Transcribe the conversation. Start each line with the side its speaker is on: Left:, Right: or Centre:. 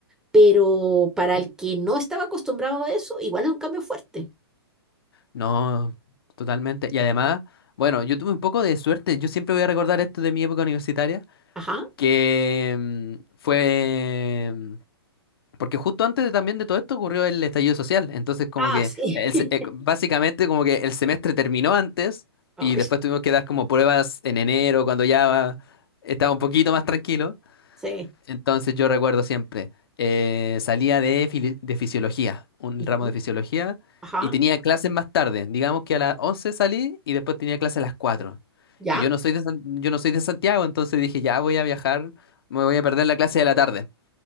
Centre: pero para el que no estaba acostumbrado a eso, igual es un cambio fuerte.
Left: No, totalmente. Y además, bueno, yo tuve un poco de suerte. Yo siempre voy a recordar esto de mi época universitaria,
Centre: Ajá.
Left: que mm, fue... mm, Porque justo antes de- también de todo esto ocurrió el estallido social. Entonces, como
Centre: Ah,
Left: que
Centre: sí.
Left: el
Centre: <laughs>
Left: se- eh, básicamente como que el semestre terminó antes
Centre: Ay,
Left: y después tuvimos que dar como pruebas en enero, cuando ya estaba un poquito más tranquilo.
Centre: sí.
Left: Entonces yo recuerdo siempre, eh, salía de, fili- de fisiología, un
Centre: Ujú.
Left: ramo de fisiología,
Centre: Ajá.
Left: y tenía clases más tarde. Digamos que a las 11 salí y después tenía clases a las 4.
Centre: ¿Ya?
Left: Y yo no soy de, San- yo no soy de Santiago, entonces dije, ya voy a viajar, me voy a perder la clase de la tarde.